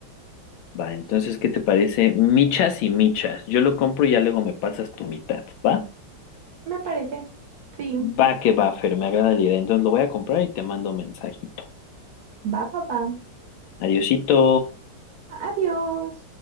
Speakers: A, on the left (about 80°); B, on the right (about 60°).
A: Va, entonces, ¿qué te parece? Michas y michas. Yo lo compro y ya luego me pasas tu mitad, ¿va?
B: Me parece. Sí.
A: Va que va, Fer, me agrada la idea. Entonces lo voy a comprar y te mando mensajito.
B: Va, va, va.
A: Adiosito.
B: Adiós.